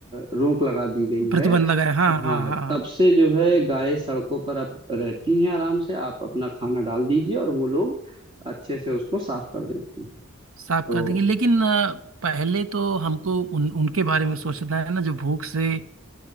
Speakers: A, on the right; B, on the right.
A: अ, रोक लगा दी गई
B: प्रतिबंध
A: है
B: लगाए हाँ हाँ
A: हाँ
B: हाँ हाँ
A: तब से जो है गायें सड़कों पर अब रहती हैं आराम से आप अपना खाना डाल दीजिए और वो लोग अच्छे से उसको साफ कर देती हैं
B: साफ
A: तो
B: कर देंगे लेकिन अ, पहले तो हमको उन उनके बारे में सोचना है ना जो भूख से